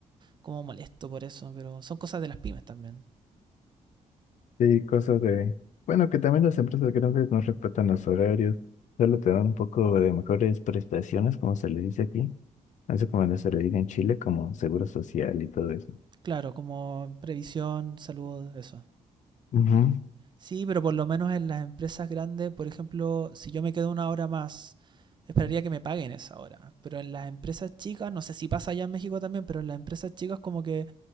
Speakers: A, on the right; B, on the left.
A: como molesto por eso, pero son cosas de las pymes también.
B: Sí, cosas de, bueno, que también las empresas grandes no respetan los horarios, solo te dan un poco de mejores prestaciones, como se le dice aquí. Eso como no se le dice en Chile, como seguro social y todo eso.
A: Claro, como previsión, salud, eso.
B: Ujú.
A: Sí, pero por lo menos en las empresas grandes, por ejemplo, si yo me quedo una hora más, esperaría que me paguen esa hora. Pero en las empresas chicas, no sé si pasa allá en México también, pero en las empresas chicas como que